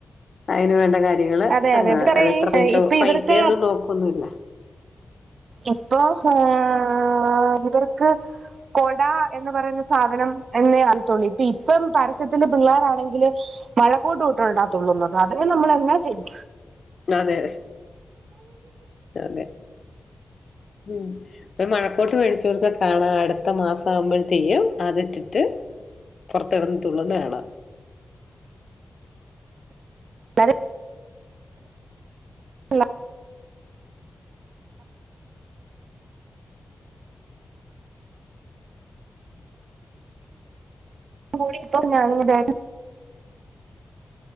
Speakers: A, on the left; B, on the right.
A: അയ്ന് വേണ്ടാകാര്യ നിങ്ങള്
B: അതെ
A: ഏഹ്
B: അതെ ഇവരെ
A: എത്ര പൈസ,
B: ഇപ്പൊ
A: പൈസയൊന്നും
B: ഇവർക്ക്
A: നോക്കൊന്നുല്ല
B: ഇപ്പോ ഏഹ് ഇവർക്ക് കൊട എന്ന് പറയുന്ന സാധനം എന്നേ അറിയത്തോള്ളൂ ഇപ്പ ഇപ്പം പരസ്യത്തിന്റെ പിള്ളേരാണെങ്കിലും മഴ കോട്ടും ഇട്ടോണ്ടാത്തുള്ളുന്നത് അതിന് നമ്മളെന്നാ ചെയ്യും
A: അതെ അതെ മം ഇപ്പ മഴക്കോട്ട് മേടിച്ചു കൊടുത്ത കാണാ അടുത്ത മാസാവുമ്പോഴതേക്കും അത് ഇട്ടിട്ട് പൊറത്ത്കടന്ന് തുള്ളുന്നെ കാണാം
B: <unintelligible> <unintelligible> കൂടി ഇപ്പ ഞങ്ങടെണ്